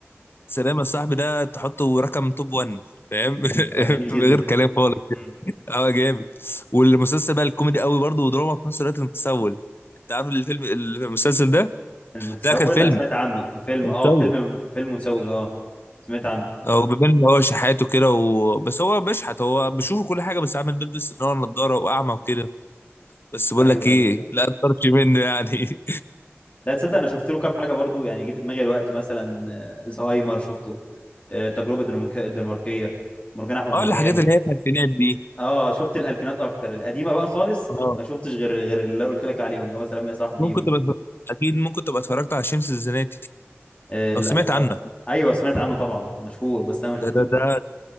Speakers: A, on the left (about 55°); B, on the left (about 30°).
A: سلام يا صاحبي ده تحطه رقم توب 1 فاهم
B: مم، طلع
A: <laughs>
B: جميل جدا
A: غير كلام خالص
B: مم.
A: اه جامد والمسلسل بقى الكوميدي قوي برضه ودراما في نفس الوقت المتسول انت عارف الفيلم المسلسل ده
B: المتسول
A: ده كان فيلم
B: انا سمعت عنه فيلم
A: كان
B: اه
A: مسلسل
B: فيلم فيلم متسول اه سمعت عنه
A: او بيبان ان هو شحاته كده و... بس هو بيشحت هو بيشوف كل حاجه بس عامل بيلبس ان هو نضاره واعمى وكده بس بقول
B: ايوه
A: لك ايه
B: ايوه
A: لا طرش منه يعني
B: لا تصدق انا شفت له كام حاجه برضو يعني جه في دماغي دلوقتي مثلا آه، زهايمر شفته آه، التجربه الدنمارك- الدنماركيه مرجان احمد
A: <laughs>
B: مرجان
A: اه الحاجات اللي هي الخمسينات دي
B: اه شفت الالفينات اكتر القديمه بقى خالص
A: اه
B: ما شفتش غير غير اللي قلت لك عليهم اللي هو سلام يا صاحبي
A: ممكن
B: و...
A: تبقى اكيد ممكن تبقى اتفرجت على شمس الزناتي
B: آه لا
A: او سمعت
B: الصراحه
A: عنه
B: ايوه سمعت عنه طبعا مشهور بس انا ما شفتوش
A: ده ده
B: برضه
A: ده